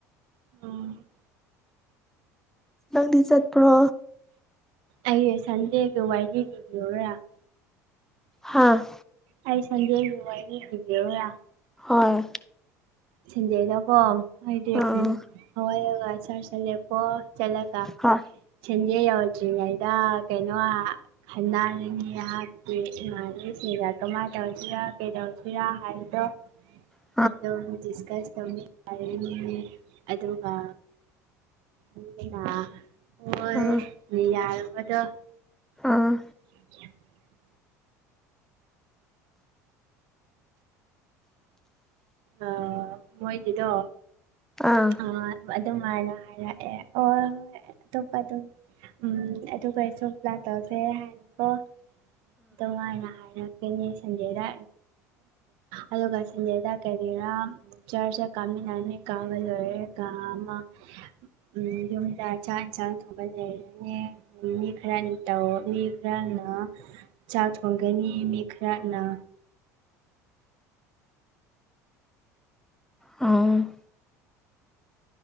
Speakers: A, on the right; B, in the centre.
A: ꯎꯝ
B: ꯅꯪꯗꯤ ꯆꯠꯄ꯭ꯔꯣ
A: ꯑꯩ ꯁꯟꯗꯦꯒ ꯋꯥꯔꯤ ꯂꯤꯕꯤꯌꯣꯔꯥ <unintelligible>
B: ꯍꯥꯥ
A: ꯑꯩ ꯁꯟꯗꯦꯒꯤ ꯋꯥꯔꯤ ꯂꯤꯕꯤꯌꯨꯔꯥ
B: ꯍꯣꯏ
A: ꯁꯦꯟꯗꯦꯗꯀꯣ ꯑꯩꯗꯤ
B: ꯑꯥ
A: ꯍꯧꯒꯠꯂꯒ ꯆꯥꯔ꯭ꯁ ꯆꯠꯂꯦꯀꯣ ꯆꯠꯂꯒ
B: ꯍꯥ
A: ꯁꯦꯟꯗꯦ ꯌꯧꯗ꯭ꯔꯤꯉꯩꯗ ꯀꯩꯅꯣ ꯈꯟꯅꯔꯤ ꯑꯩꯍꯥꯛꯀꯤ ꯏꯃꯥꯟꯅꯁꯤꯡꯒ ꯀꯃꯥꯏꯅ ꯇꯧꯁꯤꯔꯥ ꯀꯩꯗꯧꯁꯤꯔꯥ ꯍꯥꯏꯕꯗꯣ
B: <unintelligible>
A: ꯑꯗꯨꯗꯣ ꯗꯤꯀꯁ ꯇꯧꯅꯤ ꯑꯗꯒꯤꯗꯤ ꯑꯗꯨꯒ ꯑꯗꯨꯅ ꯑꯣ
B: ꯑꯥ
A: ꯌꯥꯔꯕꯗꯣ <unintelligible>
B: ꯑꯥ
A: <inaudible> ꯑꯥ ꯃꯣꯏꯒꯤꯗꯣ
B: ꯑꯥ
A: ꯑꯥ ꯑꯗꯨꯝꯃꯥꯏꯅ ꯍꯥꯏꯔꯛꯑꯦ ꯑꯣ ꯑꯇꯣꯞꯄ ꯑꯗꯨꯝ ꯎꯝ ꯑꯗꯨꯒ ꯑꯩꯁꯨ ꯄ꯭ꯂꯥꯟ ꯇꯧꯁꯦ ꯍꯥꯏꯌꯨꯀꯣ ꯑꯗꯨꯃꯥꯏꯅ ꯍꯥꯏꯔꯛꯀꯅꯤ ꯁꯟꯗꯦꯌꯗ ꯑꯗꯨꯒ ꯁꯟꯗꯦꯌꯗ ꯀꯔꯤꯔ ꯆꯨꯔꯆ ꯀꯥꯃꯤꯟ ꯅꯒꯅꯤ ꯀꯥꯕ ꯂꯣꯏꯔꯒ ꯃ ꯎꯝ ꯌꯨꯝꯗꯥ ꯆꯥꯛ ꯏꯟꯁꯥꯡ ꯊꯣꯡꯉꯥ ꯂꯩꯔꯦꯅꯦ ꯅꯨꯃꯤꯠ ꯈꯔꯅꯤ ꯇꯧꯔꯛꯅꯤ ꯈꯔꯅ ꯆꯥꯛ ꯊꯣꯡꯒꯅꯤ ꯃꯤ ꯈꯔꯅ
B: ꯎꯝ